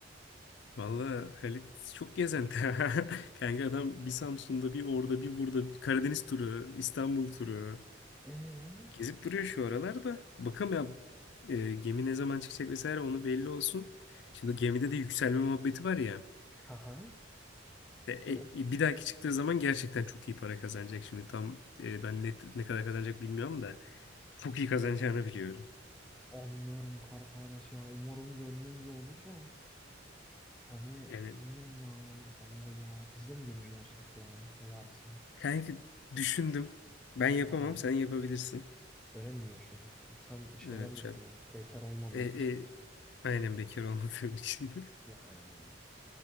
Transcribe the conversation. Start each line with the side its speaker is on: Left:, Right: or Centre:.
Left: Vallahi Halit çok gezenti. <laughs> Kanka adam bir Samsun'da, bir orada, bir burada. bir Karadeniz turu, İstanbul turu.
Centre: Ee?
Left: Gezip duruyor şu aralarda. Bakalım ya e, gemi ne zaman çıkacak vesaire onu belli olsun. Şimdi gemide de yükselme muhabbeti var ya.
Centre: Haha.
Left: E,
Centre: Evet.
Left: e, bir dahaki çıktığı zaman gerçekten çok iyi para kazanacak. Şimdi tam e, ben net ne kadar kazanacak bilmiyorum da çok iyi kazanacağını biliyorum.
Centre: Anlıyorum kar tanesi ya. Umarım gönlünce olur da. Hani
Left: Yani
Centre: bilmiyorum ya. Allah Allah. Biz de mi gemici olsak ya? Ne dersin?
Left: kanki düşündüm. Ben yapamam
Centre: Aha.
Left: sen yapabilirsin.
Centre: Öyle mi diyorsun? Sen şeyden
Left: Evet
Centre: dolayı
Left: Cem.
Centre: mı? Bekar olmadığın
Left: E, e,
Centre: için mi?
Left: aynen bekar olmadığım için. <laughs>
Centre: Yani